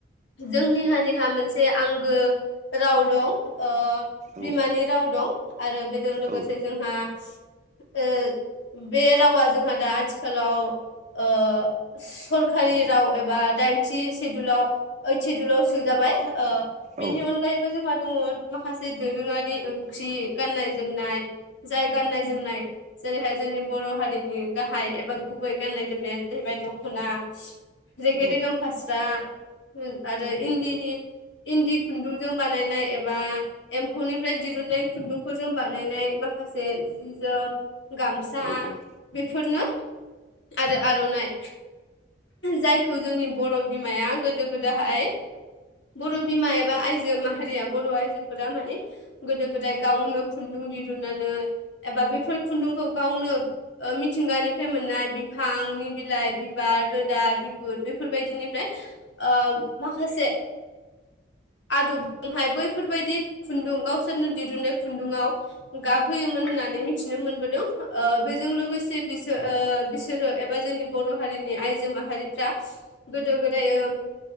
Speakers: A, on the left; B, on the right.
A: जोंनि हारिहा मोनसे आंगो राव दं ओ बिमानि
B: औ
A: राव दं आरो बेजों लोगोसे
B: औ
A: जोंहा ओ बे रावा जोंहा दा आथिखालाव ओ सरखारि राव एबा दाइनथि सिदुलाव ओइड सिदुलाव सोजाबाय। ओ बिनि
B: औ
A: अनगायैबो जोंहा दङ माखासे दोरोङारि ओंख्रि गाननाय जोमनाय जाय गाननाय जोमनाय जेरैहाय जोंनि बर' हारिनि गाहाय एबा गुबै गाननाय जोमनायानो जाहैबाय दखना। रेगे
B: औ
A: रेगां फास्रा। उम आरो इन्दिनि इन्दि खुन्दुंजों बानायनाय एबा एम्फौनिफ्राय दिरुनन्नाय खुन्दुंफोरजों बानायनाय माखासे जि जोम गामसा
B: औ
A: बेफोरनो आरो आर'नाइ। जायखौ जोंनि बर' बिमाया गोदो गोदाहाय बर' बिमा एबा आइजो माहारिया बर' आइजोफोरा माने गोदो गोदाय गावनो खुन्दुं दिरुननानै एबा बेफोर खुन्दुंखौ गावनो ओ मिथिंगानिफ्राय मोननाय बिफांनि बिलाइ बिबार रोदा बिगुर बिफोर बायदिनिफ्राय ओ माखासे आदबजोंहाय बैफोरबायदि खुन्दुं गावसोरनो दिरुननाय खुन्दुङाव गाबहोयोमोन होननानै मिथिनो मोनबोदों। ओ बिजों लोगोसे बिसो ओ बिसोरो एब बा जोंनि बर' हारिनि आइजो माहारिफ्रा गोदो गोदायो